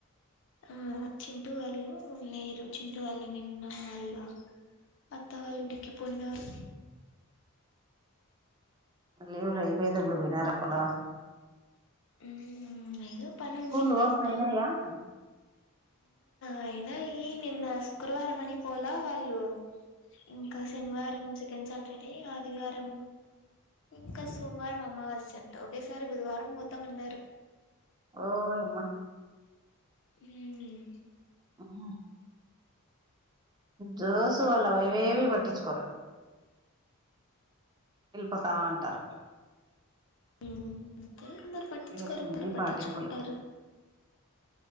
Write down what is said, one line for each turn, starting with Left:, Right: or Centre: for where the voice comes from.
Left: ఆహ చింటు వాళ్ళు లేరు చింటు వాళ్ళు నిన్న వాళ్ళ అత్త వాళ్ళింటికి పోయినారు
Right: లీవ్ లో అయిపోయిదప్పుడు పోయినారప్పలా
Left: ఉమ్ ఏదో పని
Right: స్కూళ్లు
Left: ఉండిందంట
Right: ఓపెనయినయ అక్క
Left: అయినయి ఈ నిన్న శుక్రవారం అని పోల వాళ్ళు ఇంక శనివారం సెకండ్ సాటర్డే ఆదివారం ఇంక సోమవారం అమావాస్య అంట ఒకేసారి బుధవారం పోతామన్నరు
Right: ఓ యమ్మ
Left: ఊమ్
Right: ఉహు జోసు వాళ్ళు అవేవి పట్టించుకోరు ఎళ్ళిపోతా ఉంటారు
Left: ఉమ్ అంతె అందరు పట్టించుకోరు
Right: వీళ్ళకి అన్ని
Left: కొందరు పట్టించుకుంటారు
Right: పాటింపులు